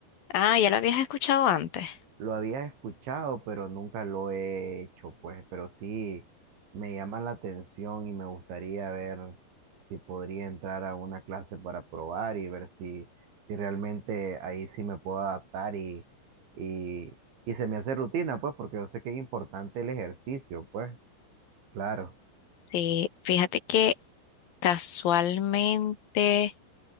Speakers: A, on the left (about 60°); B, on the right (about 75°).
A: Ah, ya lo habías escuchado antes.
B: Lo había escuchado, pero nunca lo he hecho, pues, pero sí me llama la atención y me gustaría ver si podría entrar a una clase para probar y ver si, si realmente ahí sí me puedo adaptar y, y, y se me hace rutina, pues, porque yo sé que es importante el ejercicio, pues, claro.
A: Sí, fíjate que casualmente...